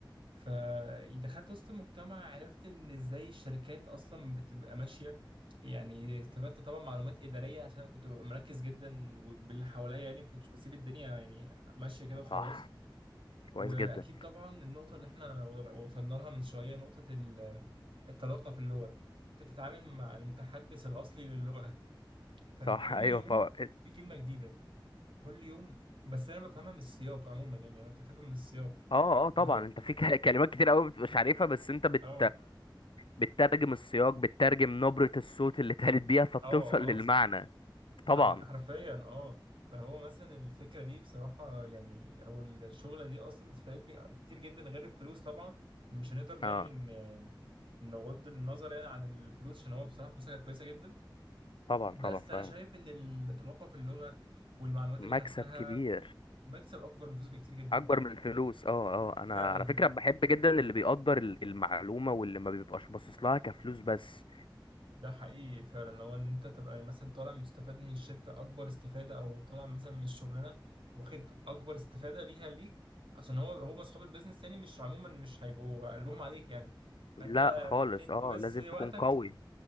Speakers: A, on the right; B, on the left.
A: فدخلت وسط المجتمع عرفت ان ازاي الشركات اصلا بتبقى ماشيه يعني استفدت طبعا معلومات اداريه عشان أنا كنت ببقى مركز جدا وباللي حواليا يعني ما كنتش بسيب الدنيا يعني ماشيه كده وخلاص
B: صح كويس
A: واكيد
B: جدا
A: طبعا النقطه اللي احنا وصلنا لها من شويه نقطه ال- الطلاقه في اللغه انت بتتعامل مع المتحدث الاصلي للغه فكل
B: صح <laughs> ايوه
A: يوم
B: فوق
A: في كلمه جديده كل يوم بس انا بفهمها من السياق عموما يعني لو انت بتفهم من السياق
B: اه اه طبعا
A: اللي هو
B: انت في ك- كلمات كتير قوي مش عارفها بس انت بت
A: اه
B: بتترجم السياق بتترجم نبرة الصوت اللي اتقالت بيها فبتوصل
A: اه
B: للمعنى
A: اه
B: طبعا
A: حر... حرفيا اه فهو مثلا الفكرة دي بصراحة يعني أو الشغلة دي أصلا فادتني كتير جدا غير الفلوس طبعا مش هنقدر
B: اه
A: يعني ن- نغض النظر يعني عن الفلوس عشان هو بصراحة فلوسها كانت كويسة جدا
B: طبعا
A: بس
B: طبعا فاهم
A: أنا شايف إن التلقى في اللغة والمعلومات
B: مكسب
A: اللي خدتها
B: كبير
A: مكسب أكبر من فلوس بكتير جدا
B: اكبر من الفلوس اه اه انا
A: فعلا
B: على فكرة بحب جدا اللي بيقدر ال- المعلومة واللي ما بيبقاش باصص لها كفلوس بس
A: ده حقيقي فعلا لو ان انت تبقى مثلا طالع مستفاد من الشركه اكبر استفاده او طالع مثلا من الشغلانه واخد اكبر استفاده ليها ليك عشان هو هو اصحاب البيزنس يعني مش عموما مش هيبقوا قلبهم عليك يعني فانت
B: لا خالص
A: بتدي
B: اه
A: بس
B: لازم
A: وقتك
B: تكون قوي